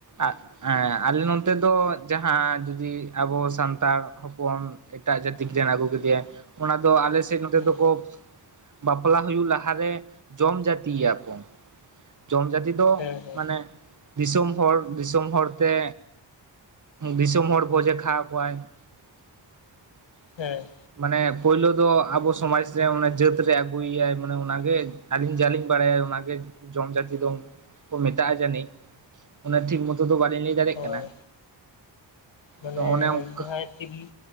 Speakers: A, on the right; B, on the left.
A: ᱟᱜ ᱟᱸ ᱟᱞᱮ ᱱᱚᱛᱮ ᱫᱚ ᱡᱟᱦᱟᱸ ᱡᱩᱫᱤ ᱟᱵᱚ ᱥᱟᱱᱛᱟᱲ ᱦᱚᱯᱚᱱ ᱮᱴᱟᱜ ᱡᱟᱹᱛᱤᱠ ᱨᱮᱱ ᱟᱹᱜᱩ ᱠᱮᱫᱮᱭᱟ ᱚᱱᱟ ᱫᱚ ᱟᱞᱮ ᱥᱮᱫ ᱱᱚᱛᱮ
B: ᱦᱮᱸ
A: ᱫᱚᱠᱚ ᱵᱟᱯᱞᱟ ᱦᱩᱭᱩᱜ ᱞᱟᱦᱟᱨᱮ ᱡᱚᱢ ᱡᱟᱛᱤᱭᱟ ᱠᱚ ᱡᱚᱢ ᱡᱟᱛᱤ ᱫᱚ
B: ᱦᱮᱸ ᱦᱮᱸ
A: ᱢᱟᱱᱮ ᱫᱤᱥᱚᱢ ᱦᱚᱲ ᱫᱤᱥᱚᱢ ᱦᱚᱲ ᱛᱮ ᱫᱤᱥᱚᱢ ᱦᱚᱲ ᱵᱷᱚᱡᱮ ᱠᱷᱣᱟᱣ ᱠᱚᱣᱟᱭ <inaudible>
B: ᱦᱮᱸ
A: ᱢᱟᱱᱮ ᱯᱳᱭᱞᱳ ᱫᱚ ᱟᱵᱚ ᱥᱚᱢᱟᱡ ᱥᱮ ᱚᱱᱟ ᱡᱟᱹᱛ ᱨᱮ ᱟᱹᱜᱩᱭᱮ ᱭᱟᱭ ᱢᱟᱱᱮ ᱚᱱᱟᱜᱮ ᱟᱹᱞᱤᱧ ᱡᱟᱞᱤᱧ ᱵᱟᱲᱟᱭᱟ ᱚᱱᱟᱜᱮ ᱡᱚᱢ ᱡᱟᱛᱤ ᱫᱚ ᱠᱚ ᱢᱮᱛᱟᱜᱼᱟ ᱡᱟᱹᱱᱤᱡ᱾ ᱩᱱᱟᱹᱜ ᱴᱷᱤᱠ ᱢᱚᱛᱚ ᱫᱚ ᱵᱟᱞᱤᱧ ᱞᱟᱹᱭ ᱫᱟᱲᱮᱜ
B: ᱦᱳᱭ
A: ᱠᱟᱱᱟ᱾
B: ᱢᱟᱱᱮ
A: ᱛᱚ ᱚᱱᱮ ᱚᱱᱠᱟ
B: ᱡᱟᱦᱟᱸᱭ ᱛᱤᱞ